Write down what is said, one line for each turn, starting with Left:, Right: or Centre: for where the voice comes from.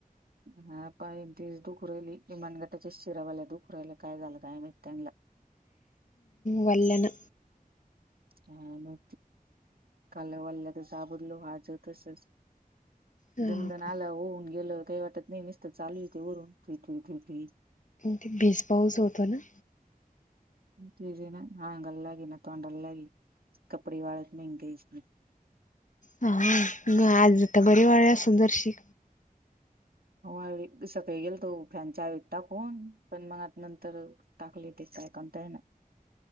Right: हा पहि ती दुख राहिली किमानगटाच्या शिरावाल्या दुख राहिला काय झालं काय मित्यांला
Left: वलन
Right: का मा काल वाल्ला तर साबदल वाजवतसच
Left: हा
Right: दंदन
Left: का
Right: आलं होऊन गेल काही वाटत नाही नसत चालू ते उरूनटट
Left: ते बीस पाऊस होतो ना
Right: तेे ना हंगलागे ना तोंड लाग कपडे वाळत नाही हंग घच नाही
Left: हा आज आता बरी वाळ अस जरशी
Right: हो सगळे गेल तो फ्यांच्याठतााकन पण मग आता नंतर <unintelligible> टाकली तेच आहे काणताय ना